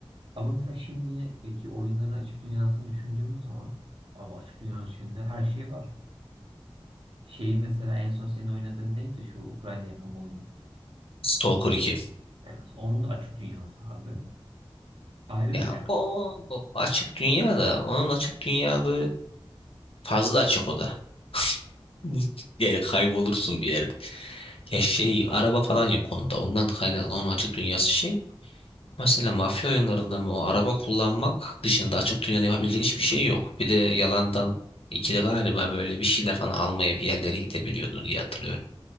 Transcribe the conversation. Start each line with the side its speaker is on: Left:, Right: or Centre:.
Right: Ama mesela şimdiki oyunların açık dünyasını düşündüğümüz zaman abi açık dünyanın içinde her şey var. Şeyi mesela en son senin oynadığın neydi şu Ukrayna yapımı oyunu?
Left: Stalker iki.
Right: Yani mesela onun da açık dünyası abi. Ayrı
Left: Ya
Right: bir yani.
Left: o, o açık dünya da onun açık dünyalığı fazla açık o da. <laughs> Yani kaybolursun bir yerde. Ya şey araba falan yok onda. Ondan kaynaklı onun açık dünyası şey. Mesela mafya oyunlarında mı o araba kullanmak dışında açık dünyada yapabildiğin hiçbir şey yok. Bir de yalandan ikide galiba böyle bir şeyler falan almaya bir yerlere gidebiliyordun diye hatırlıyorum.